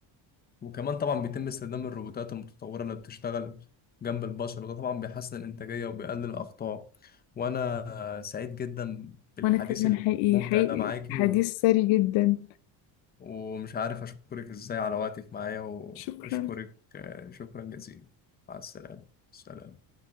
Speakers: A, on the left; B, on the left.
A: وكمان طبعا بيتم استخدام الروبوتات المتطورة اللي بتشتغل جنب البشر وده طبعا بيحسن الإنتاجية وبيقلل الأخطاء وأنا سعيد جدا بالحديث
B: وأنا كمان
A: الممتع
B: حقيقي حقيقي
A: ده معاكي
B: حديث
A: و...
B: ثري جدا
A: ومش عارف أشكرك إزاي على وقتك معايا وبشكرك
B: شكرا
A: آه، شكرا جزيلا مع السلامة سلام